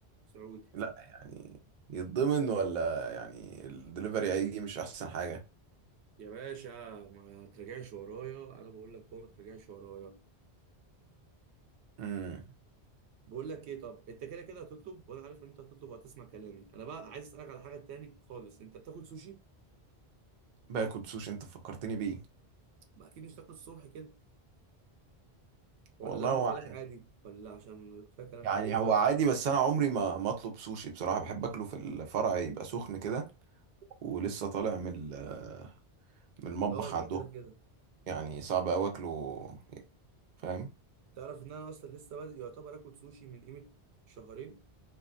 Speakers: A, on the right; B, on the right.
A: سعودي
B: لا يعني يتضمن ولا يعني الدليفري هيجي مش احسن حاجه
A: يا باشا ما ترجعش ورايا انا بقول لك هو ما ترجعش ورايا
B: امم
A: بقول لك ايه طب انت كده كده هتطلب وانا عارف ان انت هتطلب وهتسمع كلامي انا بقى عايز اسالك على حاجه تاني خالص انت بتاكل سوشي
B: باكل سوشي انت فكرتني بيه
A: بقى اكيد مش تاكل الصبح كده ولا
B: والله
A: ده بالنسبه
B: هو
A: لك عادي ولا عشان يبقى فيها كلام
B: يعني
A: تاني
B: هو عادي بس انا عمري ما ما اطلب سوشي بصراحه بحب اكله في الفرع يبقى سخن كده ولسه طالع من ال- من المطبخ
A: لا ده
B: عندهم
A: كده كده
B: يعني صعب قوي اكله فاهم
A: تعرف ان انا اصلا لسه بادئ يعتبر اكل سوشي من قيمه شهرين